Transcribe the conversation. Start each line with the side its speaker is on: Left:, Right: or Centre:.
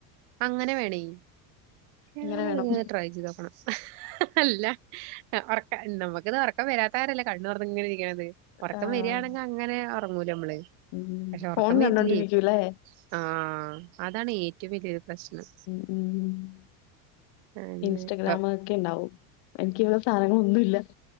Right: അങ്ങനെ വേണേ ഞാനങ്ങനെ
Left: ഇങ്ങനെ വേണം
Right: ട്രൈ ചെയ്തോക്കണം അല്ല ഉറ നമുക്കിത് ഉറക്കം വരാത്താരല്ല കണ്ണുതുറന്നു ഇങ്ങനെ ഇരിക്കണത് ഉറക്കം
Left: ആഹ്
Right: വരികയാണെങ്കിൽ അങ്ങനെ ങ്ങൂലെ നമ്മള്
Left: ഉം
Right: പക്ഷെ ഒറക്കം
Left: ഫോൺ കണ്ടോണ്ടിരിക്കല്ലേ
Right: വരില്ലേ ആഹ് അതാണ് ഏറ്റവും വലിയൊരു പ്രശ്നം
Left: ഉം
Right: അന്നെ
Left: ഇൻസ്റ്റഗ്രാമ
Right: ഇപ്പ
Left: ഒക്കെ ണ്ടാവും എനിക്ക് ഈ വക സാധനങ്ങള ന്നുല്ല